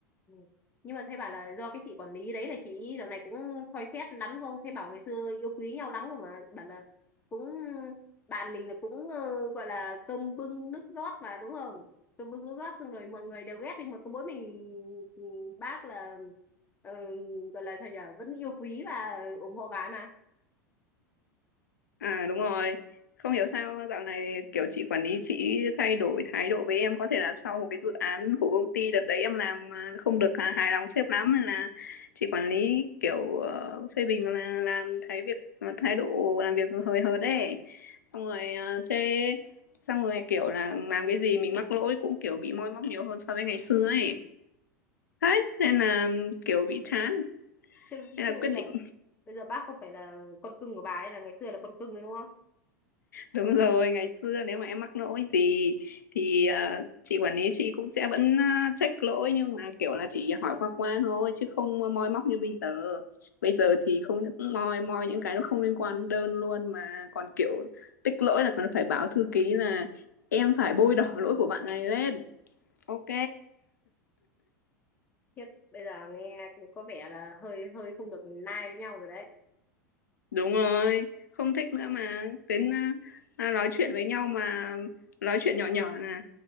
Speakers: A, on the left; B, on the left.
A: Ừ. Nhưng mà thế bảo là do cái chị quản lý đấy là chị dạo này cũng soi xét lắm không? Thế bảo ngày xưa yêu quý nhau lắm rồi mà bảo là cũng bạn mình là cũng ờ, gọi là cơm bưng nước rót mà đúng không? Cơm bưng nước rót xong rồi mọi người đều ghét đi mà có mỗi mình ừ, bác là ờ, gọi là sao nhở vẫn yêu quý và ủng hộ bà ấy mà.
B: À, đúng rồi. Không hiểu sao dạo này kiểu chị quản lý chị thay đổi thái độ với em có thể là sau một cái dự án của công ty đợt đấy em làm mà không được à, hài lòng sếp lắm nên là chị quản lý kiểu ờ, phê bình là làm thái việc ờ, thái độ làm việc hời hợt đấy. Xong rồi ờ, chê xong rồi kiểu là làm cái gì mình mắc lỗi cũng kiểu bị moi móc nhiều hơn so với ngày xưa ấy. Đấy, nên là kiểu bị chán.
A: Thế,
B: Nên là
A: thế bây
B: quyết định
A: giờ bây giờ bác không phải là con cưng của bà ấy là ngày xưa là con cưng rồi đúng không?
B: Đúng rồi, ngày xưa nếu mà em mắc lỗi gì thì à, chị quản lý chị cũng sẽ vẫn à, check lỗi nhưng mà kiểu là chỉ hỏi qua qua thôi chứ không moi móc như bây giờ. Bây giờ thì không những moi moi những cái nó không liên quan đến đơn luôn mà còn kiểu tích lỗi là còn phải báo thư ký là em phải bôi đỏ lỗi của bạn này lên. Ok,
A: Khiếp, bây giờ nghe có vẻ là hơi hơi không được nai với nhau rồi đấy.
B: đúng rồi, không thích nữa mà đến à, à, nói chuyện với nhau mà nói chuyện nhỏ nhỏ là